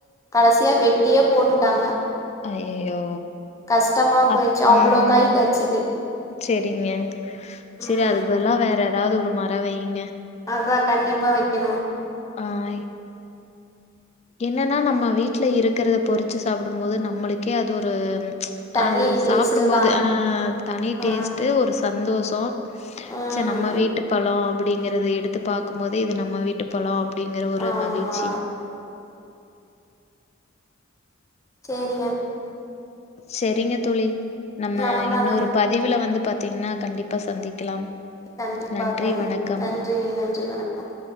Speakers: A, on the left; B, on the left.
A: கடைசியா வெட்டி டியே போட்டுட்டாங்க
B: அய்யய்யோ
A: கஷ்டமா
B: அ
A: போயிடுச்சு அவ்வளோ
B: உம்
A: காய் காய்ச்சுது
B: சரிங்க சரி
A: ம்
B: அது பதுலா வேற ஏதாவது ஒரு மர வைங்க
A: அதா கண்டிப்பா வைக்கணு
B: ஆ. என்னன்னா நம்ம வீட்டு்ல இருக்கிறத பொறிச்சு சாப்டு போது நம்மளுக்கே அது ஒரு
A: தனி
B: அது
A: டேஸ்ட்டு
B: சாப்டு போது
A: தா
B: அஹ் தனி
A: ஆ
B: டேஸ்ட்டு ஒரு சந்தோஷ தோக்
A: ம்
B: ச நம்ம வீட்டு பலோ அப்படிங்கறது எடுத்து பாக்கும் போதே இது நம்ம வீட்டு பழம் அப்டிங்கற ஒரு
A: ஆமா
B: மகிழ்ச்சி
A: செரிங்க
B: செரிங்க தோழி நம்ம
A: நமக்கான
B: இன்னொரு பதிவுல வந்து ப த்தீங்கன்னா கண்டிப்பா சந்திக்கலாம்
A: கண்டிப்பா
B: நன்றி,
A: தணி
B: வணக்கம்.
A: நன்றி நன்றி வணக்கம்